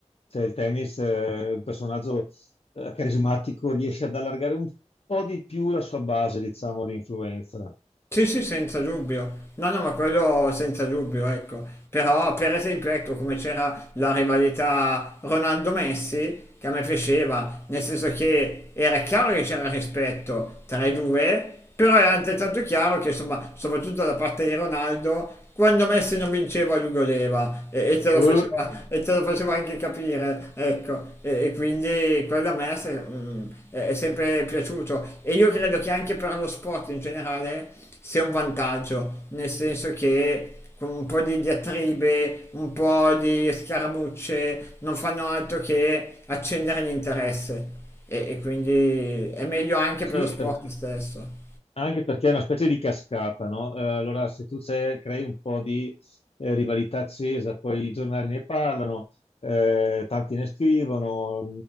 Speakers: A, on the left (about 55°); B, on the left (about 20°).
A: Cioè, il tennis eh, è un personaggio eh, carismatico riesce ad allargare un po' di più la sua base, diciamo, di influenza.
B: Sì, sì, senza dubbio. No, no, ma quello senza dubbio, ecco. Però, per esempio, ecco come c'era la rivalità Ronaldo-Messi, che a me piaceva, nel senso che era chiaro che c'era rispetto tra i due, però era altrettanto chiaro che, insomma, soprattutto da parte di Ronaldo, quando Messi non vinceva lui godeva e, e te lo
A: Eh,
B: faceva, e te lo faceva anche capire, ecco. E, e quindi quello a me se- mm, è è sempre piaciuto. E io credo che anche per lo sport in generale sia un vantaggio, nel senso che con un po' di diatribe, un po' di scaramucce, non fanno altro che accendere l'interesse e, e quindi è meglio anche
A: sì,
B: per lo sport
A: perché
B: stesso.
A: Anche perché è una specie di cascata, no? Eh, allora, se tu c'è- crei un po' di eh, rivalità accesa, poi i giornali ne parlano, eh, tanti ne scrivono,